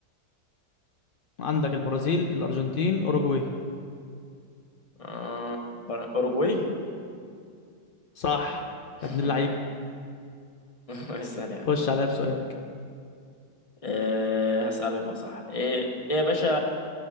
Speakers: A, on the left (about 75°); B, on the left (about 25°).
A: عندك البرازيل الارجنتين اوروجواي
B: آه... برا- اوروجواي
A: صح
B: <laughs>
A: يا ابن اللعيبة
B: اسأل يا عم
A: خش عليا بسؤالك
B: إيه هسألك هو صح ايه ايه يا باشا